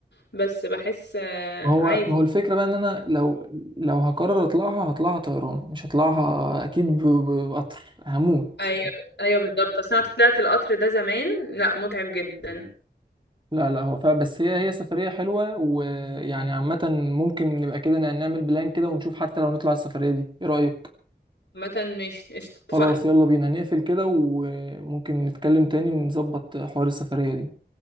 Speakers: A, on the left; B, on the right.
A: بس بحس آه،
B: ما هو
A: عادي
B: ما هو الفكره بقى ان انا لو لو هقرر اطلعها هطلعها طيران مش هطلعها اكيد ب- ب- بقطر هموت
A: ايوه ايوه بالظبط اصل انا طلعت القطر ده زمان لا متعب جدا
B: لا لا هو فا بس هي هي سفرية حلوة ويعني عامة ممكن نبقى كده ن- نعمل بلان كده ونشوف حتى لو نطلع السفرية دي ايه رأيك
A: عامه ماشي قشطة، اتفقنا
B: خلاص يلا بينا نقفل كده وممكن نتكلم تاني نظبط حوار السفرية دي